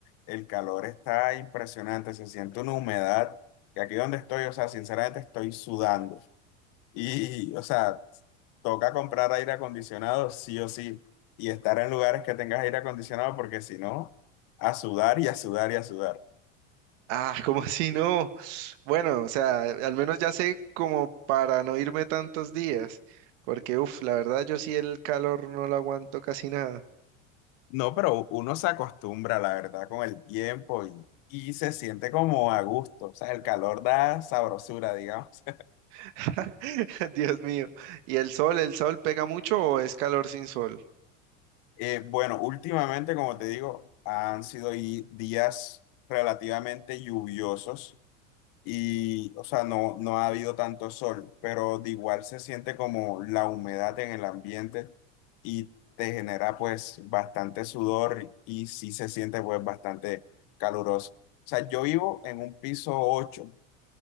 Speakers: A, on the left (about 55°); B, on the right (about 70°).
A: el calor está impresionante, se siente una humedad, que aquí donde estoy, o sea, sinceramente estoy sudando. Y, o sea, toca comprar aire acondicionado, sí o sí, y estar en lugares que tengas aire acondicionado, porque si no, a sudar y a sudar y a sudar.
B: Ah, <laughs> como así no? Bueno, o sea, al menos ya sé como para no irme tantos días, porque uf, la verdad yo sí el calor no lo aguanto casi nada.
A: No, pero uno se acostumbra, la verdad, con el tiempo y, y se siente como a gusto. O sea, el calor da sabrosura, digamos.
B: <laughs> Dios mío. ¿Y el sol, el sol pega mucho o es calor sin sol?
A: Eh, bueno, últimamente, como te digo, han sido y- días relativamente lluviosos y, o sea, no, no ha habido tanto sol, pero de igual se siente como la humedad en el ambiente y te genera pues bastante sudor y sí se siente pues bastante caluroso. O sea, yo vivo en un piso ocho